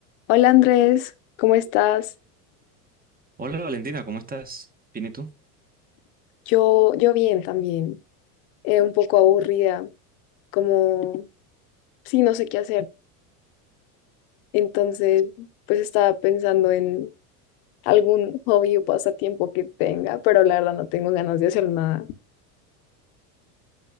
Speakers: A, on the left; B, on the right.
A: Hola Andrés, ¿cómo estás?
B: Hola Valentina, ¿cómo estás? Bien, ¿y tú?
A: Yo, yo bien también, eh, un poco aburrida, como, sí, no sé qué hacer. Entonces, pues estaba pensando en algún hobby o pasatiempo que tenga, pero la verdad no tengo ganas de hacer nada.